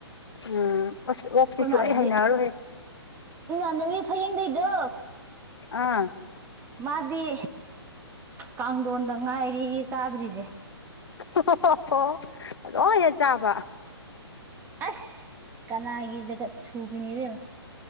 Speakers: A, on the left; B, on the right.
A: ꯎꯝ ꯑꯁ ꯑꯣꯛꯇꯤ
B: ꯑꯩꯈꯣꯏ ꯏꯃꯥꯟꯅꯕꯤ
A: ꯁꯨꯡꯍꯩ ꯍꯩꯅꯔꯣꯏꯍꯦ
B: ꯏꯃꯥꯟꯅꯕꯤ ꯐꯌꯦꯡꯗꯩꯗꯣ
A: ꯑꯥ
B: ꯃꯥꯗꯤ ꯀꯥꯡꯗꯣꯟꯗ ꯉꯥꯏꯔꯦꯌꯦ ꯆꯥꯗ꯭ꯔꯤꯖꯦ
A: <unintelligible> ꯂꯣꯏꯅ ꯆꯥꯕ
B: ꯑꯁ ꯀꯅꯥꯒꯤ ꯖꯒꯠ ꯁꯨꯕꯤꯅꯤ ꯏꯕꯦꯝꯃꯥ